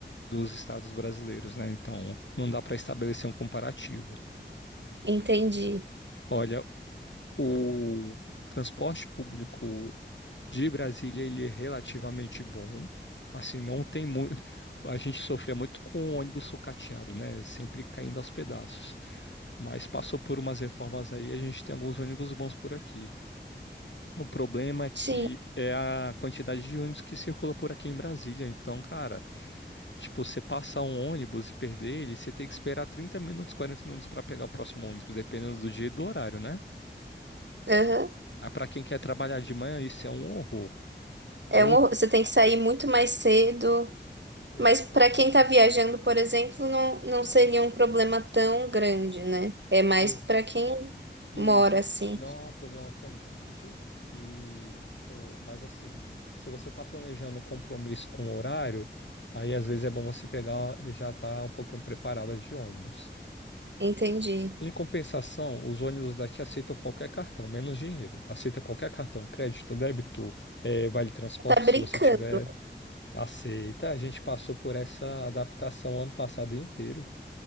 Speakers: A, on the left (about 75°); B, on the right (about 70°).
A: dos estados brasileiros, né? Então, não dá para estabelecer um comparativo.
B: Entendi.
A: Olha, o transporte público De Brasília ele é relativamente bom. Assim, não tem muito. A gente sofria muito com o ônibus sucateado, né? Sempre caindo aos pedaços. Mas passou por umas reformas aí, a gente tem alguns ônibus bons por aqui. O problema é que
B: Sim.
A: é a quantidade de ônibus que circula por aqui em Brasília. Então, cara, tipo, você passar um ônibus e perder ele, você tem que esperar 30 minutos, 40 minutos para pegar o próximo ônibus, dependendo do dia e do horário, né?
B: Aham.
A: Aí, para quem quer trabalhar de manhã, isso é um horror.
B: É
A: Eu,
B: um, horror. você tem que sair muito mais cedo.
A: Exatamente.
B: Mas para quem está viajando, por exemplo, não, não seria um problema tão grande, né? É mais
A: es-
B: para quem
A: E
B: mora
A: isso
B: assim.
A: não é um problema tão grande. E o, mas assim, se você está planejando um compromisso com o horário, aí às vezes é bom você pegar já tá um pouquinho preparada de ônibus.
B: Entendi.
A: Em compensação, os ônibus daqui aceitam qualquer cartão, menos dinheiro. Aceita qualquer cartão, crédito, débito, eh, vale transporte,
B: Tá brincando.
A: se você tiver, aceita. A gente passou por essa adaptação ano passado inteiro.